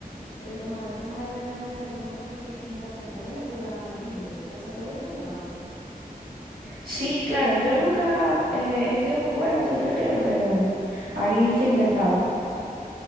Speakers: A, on the left; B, on the right.
A: retomando el tema de la Navidad, yo me acuerdo que en casa de mi abuela jugábamos bingo, en casa de tu abuela jugaban.
B: Sí, claro, yo nunca eh, he sido muy buena, siempre pierdo, pero ahí se intentaba.